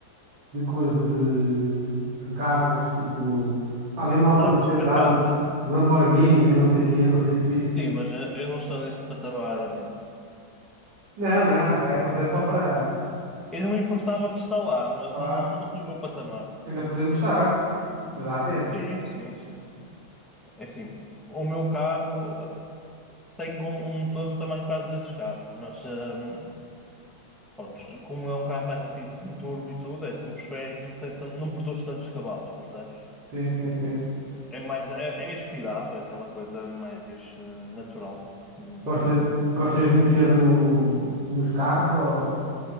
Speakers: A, on the right; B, in the centre.
A: de coisa de, de carros, tipo, pá, mesmo alta
B: há
A: cilindrada,
B: de supercarros.
A: Lamborghinis e não sei quê, não sei se viste.
B: Sim, mas eu eu não estou nesse patamar, amigo.
A: Não, não, sei, mas é só para,
B: Eu não me importava de estar lá, mas
A: claro,
B: não, não, estou no meu patamar.
A: ainda podemos estar, ainda dá tempo.
B: Sim, sim, sim, sim. É assim, o meu carro eh, tem um, um todo também quase desses carros, mas ehm, pronto, como é um carro mais antigo, não tem turbo e tudo, é atmosférico, não tem tan- não produz tantos cavalos, percebes?
A: Sim, sim, sim.
B: É mais, é, é aspirado, é aquela coisa mais eh, natural, digamos
A: Gosta,
B: assim.
A: gostas de mexer no, nos carros ou